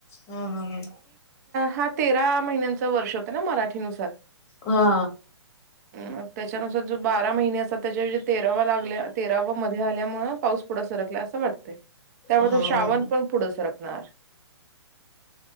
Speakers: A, on the left; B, on the right.
A: हा हा हा
B: हा तेरा महिन्यांचा वर्ष होतं ना मराठीनुसार
A: हा.
B: मग त्याच्यानुसार जो बारा महिने असतं त्याच्या तेरावा लागल्या तेराव मध्ये आल्यामुळे पाऊस पुढं सरकलाय असं वाटतं त्यामुळे
A: हा हा
B: श्रावण
A: हा
B: पण पुढं सरकणार